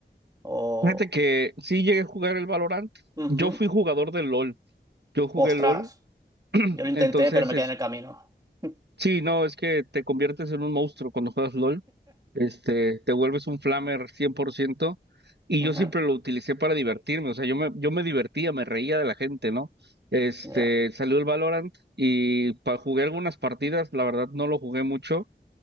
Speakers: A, on the right; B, on the right.
A: O...
B: Fíjate que sí llegué a jugar el Valorant.
A: Ujú.
B: Yo fui jugador del LOL. Yo jugué
A: Ostras,
B: LOL.
A: yo lo intenté,
B: Entonces,
A: pero me
B: es-
A: quedé en el camino. <laughs>
B: sí, no, es que te conviertes en un monstruo cuando juegas LOL. Este, te vuelves un flamer 100%. Y
A: Ajá,
B: yo siempre lo utilicé para divertirme. O sea, yo me, yo me divertía, me reía de la gente, ¿no? Este,
A: Ya.
B: salió el Valorant y pa- jugué algunas partidas. La verdad, no lo jugué mucho